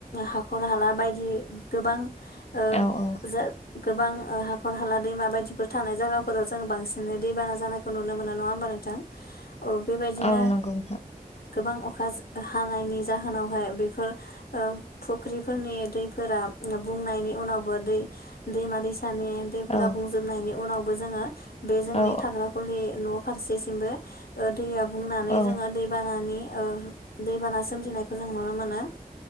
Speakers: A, on the left; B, on the left.
A: हाखर हाला बायदि गोबां ओ
B: औ औ
A: जा गोबां हाखर हाला दैमा बायदिफोर थानाय जायगाफोराव जोों बांसिनै दैबाना जानायखौ नुनो मोनो नङा होमबा नोंथां। औ बेबायदिनो
B: औ नंगौ नोंथां
A: गोबां अखा हानायनि जाहोनावहाय बेफोर फुख्रिफोरनि दैफोरा बुंनायनि उनावबो दै दैमा दैसानि दैफोरा
B: औ
A: बुंजोबनायनि उनावबो जोङो बे जोंनि
B: औ
A: थाग्रााखुलि न' फारसेसिमबो दैया बुंनानै
B: औ
A: जोङो दै बानानि दैबाना सोमजिनायखौ जों नुनो मोनो।